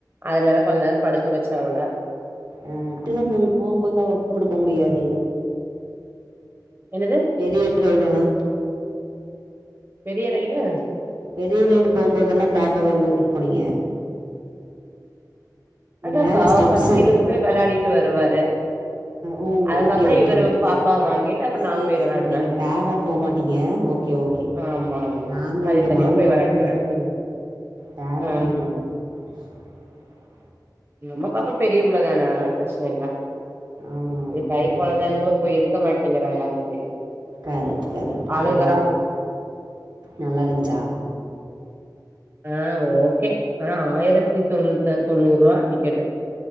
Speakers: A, on the right; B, on the right.
A: அதனால கொஞ்ச நேரம் படுக்க வச்சாங்களலா
B: அஹ் அப்ல்லா போய் போகும்போது அவ கூப்பிட போக முடியாதே
A: என்னது
B: பெரிய ரைடுலா
A: பெரிய ரைடு
B: பெரிய ரைடு போகும்போதெல்லா பாப்பாவ எங்க வுட்டுட்டு போனீங்க
A: அதான்க்கா
B: மேல ஸ்டப்ஸ்
A: ஃபர்ஸ்ட் இவரு போய் வெளாடிட்டு வருவாரு
B: ஓ
A: அதுக்கப்புறோ
B: ஓகே ஓகே
A: இவரு
B: ஓகே
A: பாப்பா வாங்கிட்டு அப்ப நா
B: செரி
A: போய் வெளாடுவே
B: செரி நீங்க பேரா போகமாட்டீங்க ஓகே ஓகே
A: ஆமா ஆமா
B: நாங்க
A: தனித்தனியா
B: இங்க மாமியாரிட்ட
A: போய் வெளாட்டு
B: குடுத்துட்டு பேரா
A: ஆ
B: போயிட்டோம் நாங்க <unintelligible>
A: நம்ம பாப்பா பெரிய புள்ளதான அதுனால பிரச்சன இல்ல
B: ஆமா ஆமா
A: இ கை
B: ஆ
A: குழந்தைங்களு போய் இருக்க மாட்டீங்கிறா யாருகிட்டயும்
B: கரெக்ட் கரெக்ட்
A: அழுகுற
B: ம் நல்லா இருந்துச்சா
A: ஆஹ ஓகே ஆனா ஆயிரத்த த்தி தொண்ணூத்தஞ் தொண்ணூரூபா டிக்கெட்டு